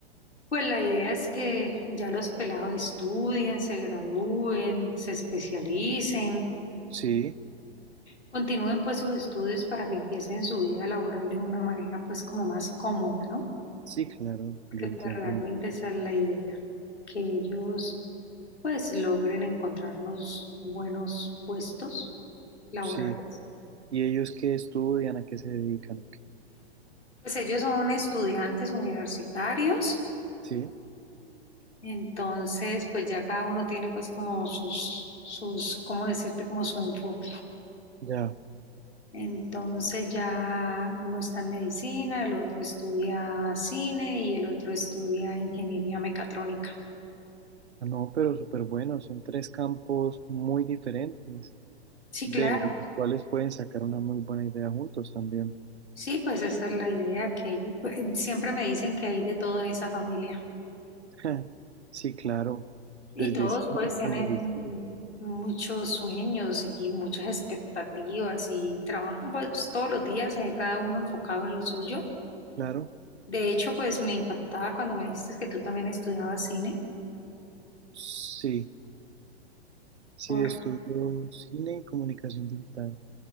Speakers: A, on the left; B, on the right.
A: Pues la idea es que ya los pelados estudien, se gradúen, se especialicen,
B: sí.
A: continúen pues sus estudios para que empiecen su vida laboral de una manera pues como más cómoda, ¿no?
B: sí, claro,
A: Porque
B: yo entiendo.
A: pues realmente esa es la idea, que ellos pues logren encontrar unos buenos puestos laborales.
B: Sí, ¿y ellos qué estudian, a qué se dedican o qué?
A: Pues ellos son estudiantes universitarios,
B: Sí,
A: entonces pues ya cada uno tiene pues como sus, sus, ¿cómo decirte? Como su enfoque
B: Ya,
A: Entonces ya uno está en medicina, el otro estudia cine y el otro estudia ingeniería mecatrónica.
B: Ah, no, pero súper bueno, son tres campos muy diferentes,
A: Sí,
B: de
A: claro.
B: sí, los cuales pueden sacar una muy buena idea juntos también.
A: Sí, pues esa es la idea que pues, siempre me dicen que hay de todo en esa familia.
B: <laughs> Sí, claro.
A: Y
B: Desde
A: todos
B: cine
A: pues
B: hasta
A: tienen
B: medicina,
A: muchos sueños y muchas expectativas y trabajan pues todos los días, eh, cada uno enfocado en lo suyo.
B: claro.
A: De hecho, pues me impactaba cuando me dijiste que tú también estudiabas cine,
B: Sí, sí,
A: porque
B: estudio cine y comunicación digital.